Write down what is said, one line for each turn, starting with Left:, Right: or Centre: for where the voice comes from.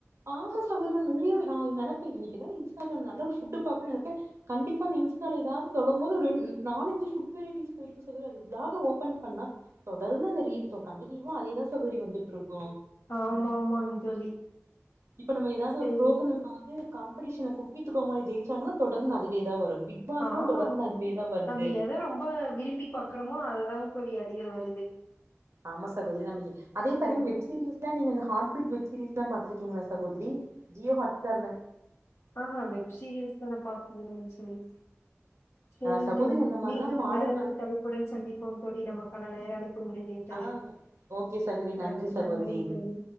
Right: ஆமா சகோதரி <unintelligible> நா நெனப்பே இன்னைக்குதா இன்ஸ்டாகிராம்ல நல்ல ஒரு ஃபுட்டு பாக்கனு நெனைப்பே கண்டிப்பா அந்த இன்ஸ்டால எதாது சொல்லும் போது ஒருன் நாலஞ்சு ஃபுட்டு வெரைட்டிஸ் போயிருக்கு சகோதரி அது வ்லாகு ஓப்பன் பண்ணா தொடர்ந்து அந்த ரீல் கண்டினியூவா அதேதா சகோதரி வந்துட்ருக்கு
Left: ஆமாமாங் தோழி
Right: இப்போ நம்ம எதாவ்து
Left: சரி
Right: ஒரு ப்ரோக்ரம்ல பாத்து காம்படிஷன்ல குக் வித் கோமாளி ஜெய்சாங்கன்னா தொடர்ந்து அதுவே தா வரு பிக்பாஸ்னா
Left: ஆமாங்க
Right: தொடர்ந்து
Left: தோழி
Right: அதுவேதா வருது
Left: நம்ம எத ரொம்ப விரும்பி பாக்குறமோ அதுதாங் தோழி அதிக வருது
Right: ஆமா சகோதரி நம்ப எ அதே பாருங்க
Left: சரி
Right: வெப் சீரீஸ்தா நீ இந்த ஹார்ட் பீட் வெப்சீரீஸ்லா பாத்துருக்கீங்ளா சகோதரி ஜியோ ஹாட்ஸ்டார்ல
Left: ஆ ஆ வெப்சீரியல்ஸ்லா நா பாத்தது கெடயாது சகோதரி சேரிங்க
Right: சகோதரி
Left: தோழி
Right: அந்த மாரிலா
Left: மீண்டும்
Right: பாடுங்க
Left: வேறொரு தலைப் உடன் சந்திப்போம் தோழி நமக்கான நேரழைப்பு முடிந்து விட்டது
Right: ஆ ஓகே சகோதரி நன்றி
Left: ஆ
Right: சகோதரி
Left: நன்றிங்க தோழி